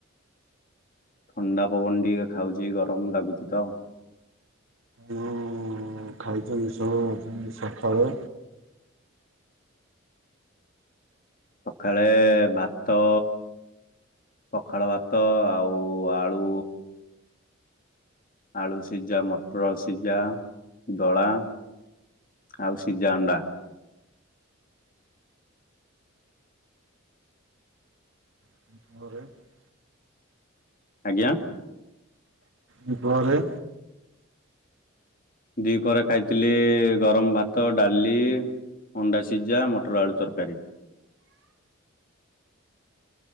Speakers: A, on the left; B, on the right.
A: ଥଣ୍ଡା ପବନ ଟିକେ ଖାଉଛି, ଗରମ ଲାଗୁଛି ତ
B: ହୁଁ ଖାଇଛନ୍ତି ସବୁ ଆଜି ସକାଳୁ
A: ସକାଳେ ଭାତ ପଖାଳ ଭାତ ଆଉ ଆଳୁ ଆଳୁ ସିଝା ମଟର ସିଝା ଦଳା। ଆଉ ସିଝା ଅଣ୍ଡା।
B: <inaudible>
A: ଆଜ୍ଞା
B: ଦିପହରେ
A: ଦି ପହରେ ଖାଇଥିଲି ଗରମ ଭାତ ଡାଲି ଅଣ୍ଡା ସିଝା ମଟର ଆଳୁ ତରକାରୀ।